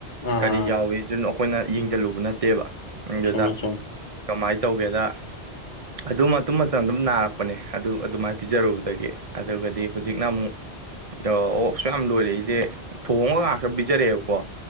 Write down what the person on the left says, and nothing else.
ꯑꯥ
ꯆꯨꯝꯃꯦ ꯆꯨꯝꯃꯦ